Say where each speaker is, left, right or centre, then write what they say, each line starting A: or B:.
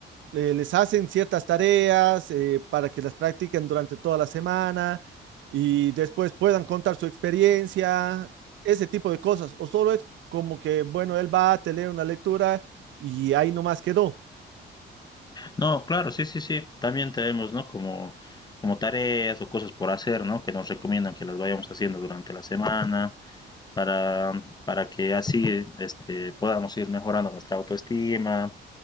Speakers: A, on the right (about 70°); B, on the left (about 20°).
A: le- les hacen ciertas tareas eh, para que las practiquen durante toda la semana y después puedan contar su experiencia, ese tipo de cosas, o solo es como que, bueno, él va, te lee una lectura y ahí nomás quedó.
B: No, claro, sí, sí, sí. También tenemos, ¿no? Como, como tareas o cosas por hacer, ¿no? Que nos recomiendan que las vayamos haciendo durante la semana. para, para que así este, podamos ir mejorando nuestra autoestima